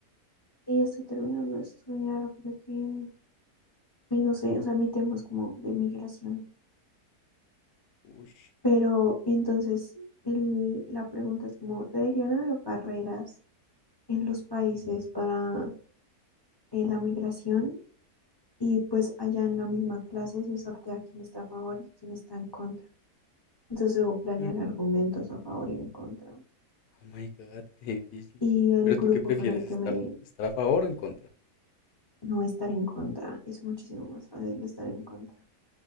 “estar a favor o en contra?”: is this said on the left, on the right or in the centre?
Left